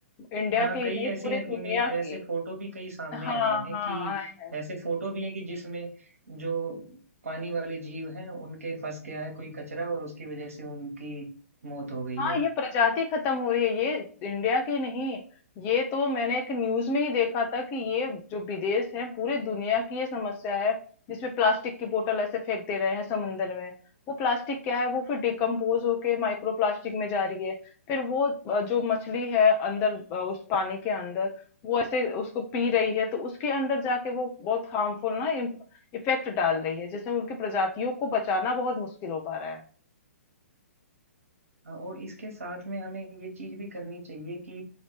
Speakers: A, on the left; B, on the right.
A: इंडिया
B: हाँ
A: की
B: कई
A: नहीं
B: ऐसे
A: पूरे दुनिया
B: इमेज ऐसे
A: की
B: फोटो भी कई सामने
A: हाँ
B: आए हैं
A: हाँ
B: कि
A: आए हैं
B: ऐसे फोटो भी हैं कि जिसमें जो पानी वाले जीव हैं उनके फंस गया है कोई कचरा और उसकी वजह से उनकी मौत हो गई
A: हाँ
B: है
A: ये प्रजाति खत्म हो रही है ये इंडिया की नहीं ये तो मैंने एक न्यूज में ही देखा था कि ये जो विदेश है पूरे दुनिया की ये समस्या है जिसमें प्लास्टिक की बोतल ऐसे फेंक दे रहे हैं समंदर में वो प्लास्टिक क्या है वो फिर डिकम्पोज होके माइक्रो प्लास्टिक में जा रही है फिर वो अ, जो मछली है अंदर अ, उस पानी के अंदर वो ऐसे उसको पी रही है तो उसके अंदर जाके वो बहुत हार्मफुल ना इफेक्ट डाल रही है जिससे उनकी प्रजातियों को बचाना बहुत मुश्किल हो पा रहा है
B: और इसके साथ में हमें ये चीज भी करनी चाहिए कि